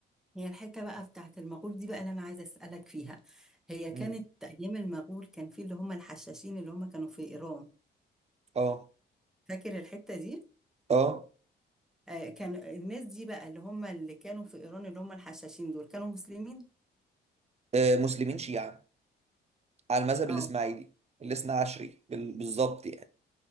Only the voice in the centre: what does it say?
هي الحتة بقى بتاعت المغول دي بقى اللي أنا عايزة أسألك فيها هي
كانت أيام المغول كان في اللي هم الحشاشين اللي هم كانوا في إيران
فاكر الحتة دي؟
آه كان الناس دي بقى اللي هم اللي كانوا في إيران اللي هم الحشاشين دول كانوا مسلمين؟
اه